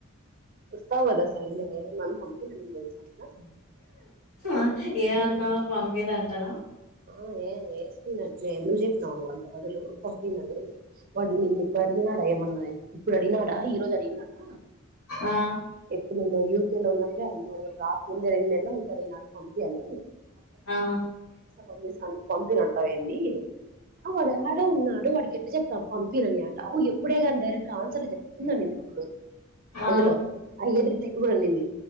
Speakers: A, on the right (about 40°); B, on the left (about 80°).
A: వస్తావుకదా సండే మనం <unintelligible> సరేనా
B: ఆ ఏమన్నావు పంపిదంటన
A: ఆ ఏ యేసుకున్నాను లే ఎందుకు చెప్పినావు నువ్వు అంత బదులు పంపిమని వాడు నిన్న ఇప్పుడు అడిగినాడ ఏమన్నా ఇప్పుడు అడిగిన డా ఈరోజు అడిగనాడా
B: ఆ
A: ఎప్పుడు నువ్వు యూకే లో ఉన్నప్పుడే అడిగినడు నువ్వు రాక ముందే రెండు నెలల ముంద అడిగినడు పంపి అని
B: ఆ
A: పంపిస్తాను పంపినంటావ్ ఏంది ఆ వాడు యాడో ఉన్నాడు వాడికిెప్పి చెప్ పంపిిన అని అంటవ్ ఎప్పుడే కానీ డైరెక్ట్ ఆన్సర్లు <unintelligible>
B: ఆ
A: అందులో ఆ ఎదురి ఇంటి అక్క కూడా అన్నింది